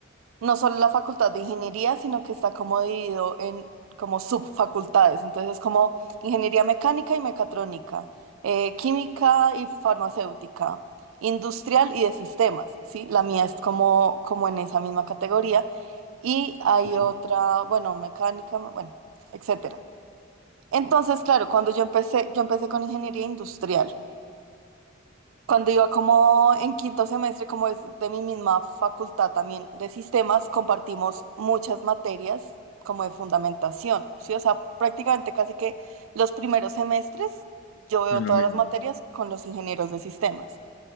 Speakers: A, on the right; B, on the left.
A: no solo la facultad de ingeniería, sino que está como dividido en como subfacultades. Entonces como ingeniería mecánica y mecatrónica, eh, química y farmacéutica, industrial y de sistemas, ¿sí? La mía es como, como en esa misma categoría. Y hay
B: Sí.
A: otra, bueno, mecánica, bueno, etcétera. Entonces, claro, cuando yo empecé, yo empecé con ingeniería industrial. Cuando iba como en quinto semestre, como es de mi misma facultad también de sistemas, compartimos muchas materias como de fundamentación, ¿sí? O sea, prácticamente casi que los primeros semestres yo veo
B: Son lo
A: todas
B: mismo.
A: las materias con los ingenieros de sistemas.